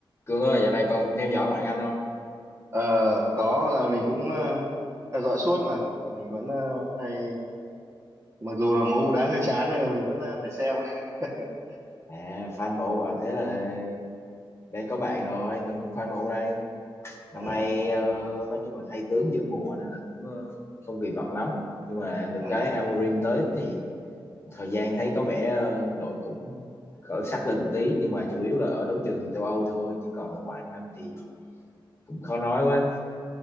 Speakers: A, on the left; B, on the right.
A: Cương ơi, dạo này còn theo dõi ngoại hạng Anh không?
B: Ờ, có rồi mình cũng ờ, theo dõi suốt mà mình vẫn ờ, hay mặc dù là môn đá hơi chán nhưng mà mình vẫn ờ, phải xem <laughs>
A: À, fan MU à, thế là đây có bạn rồi, mình cũng fan MU đây. Năm
B: Ờ,
A: nay ờ, nói chung là thay tướng giữa mùa nên là cũng ờ, không kỳ vọng lắm. Nhưng mà được
B: à,
A: cái Amorim tới thì thời gian thấy có vẻ ờ, đội cũng khởi sắc lên một tí nhưng mà chủ yếu là ở đấu trường châu Âu thôi chứ còn ở ngoại hạng Anh thì cũng khó nói quá.